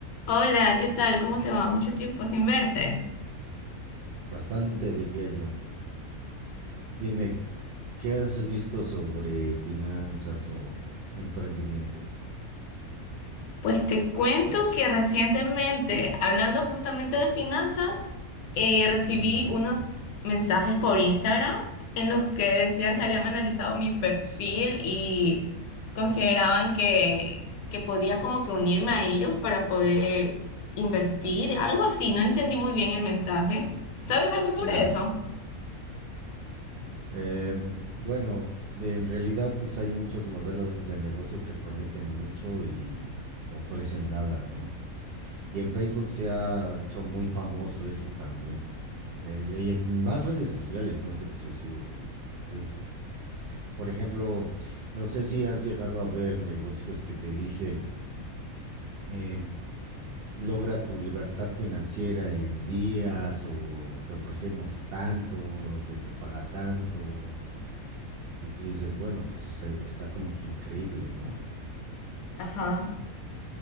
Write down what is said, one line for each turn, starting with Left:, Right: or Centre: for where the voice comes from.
Left: Hola, ¿qué tal? ¿Cómo te va? Mucho tiempo sin verte.
Right: Bastante, diría yo. Dime, ¿qué has visto sobre finanzas o emprendimientos?
Left: Pues te cuento que recientemente, hablando justamente de finanzas, eh, recibí
Right: Mm,
Left: unos
Right: mm,
Left: mensajes por Instagram en los que decían que habían analizado mi perfil y consideraban que, que podía como que unirme a ellos para poder invertir, algo así. No entendí muy bien el mensaje. ¿Sabes algo sobre
Right: claro.
Left: eso?
Right: Eh, bueno, de- en realidad, pues hay muchos modelos de negocio que prometen mucho y ofrecen nada, ¿no? Y en Facebook se ha hecho muy famoso eso también. De- de- y en más redes sociales, no es exclusivo de Facebook. Por ejemplo, no sé si has llegado a ver negocios que te dicen, em, logra tu libertad financiera en días o te ofrecemos tanto, se te paga tanto y tú dices, bueno, pues es- eh, está como que increíble, ¿no?
Left: Ajá.